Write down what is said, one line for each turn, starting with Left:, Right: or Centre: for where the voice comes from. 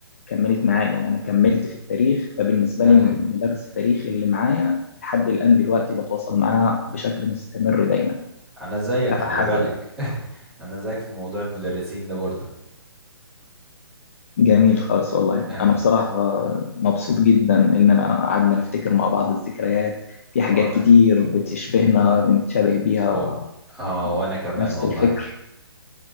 Left: كملت معايا يعني أنا كملت في التاريخ فبالنسبة
Centre: أيوة
Left: لي مدرس التاريخ اللي معايا لحد الآن دلوقتي بتواصل معاه بشكل مستمر دايما
Centre: أنا زيك
Left: فحاجة
Centre: خلي بالك <laughs> أنا زيك في موضوع المدرسين ده برضه
Left: جميل خالص والله
Centre: اه
Left: أنا بصراحة مبسوط جدا إن أنا قعدنا نفتكر مع بعض الذكريات في حاجات
Centre: اه
Left: كتير بتشبهنا بنتشابه بيها
Centre: اه آه، وأنا كمان
Left: نفس
Centre: والله
Left: الفكر